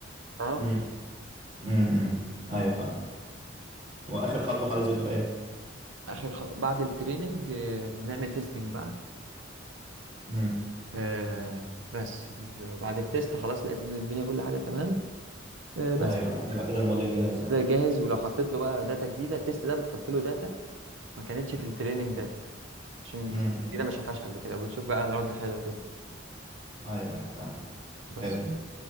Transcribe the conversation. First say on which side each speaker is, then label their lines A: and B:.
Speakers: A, on the right; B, on the right.
A: فاهم
B: امم امم أيوة فاهم وآخر خطوة خالص بتبقى إيه؟
A: اخر خطوه بعد التريننج آه، بنعمل تيستنج بقى
B: امم
A: آه، بس بعد التيست خلاص لقيت الدنيا كل حاجه تمام آه، بس
B: أيوة يبقى كده الموديل جاهز بقى
A: جاهز ولو حطيت له بقى داتا جديده التيست ده بتحط له داتا ما كانتش في التريننج داتا عشان
B: امم
A: حاجة جديدة ما شافهاش قبل كده وبتشوف بقى رد فعله هيكون ايه
B: أيوة أيوة فاهم
A: بس
B: حلو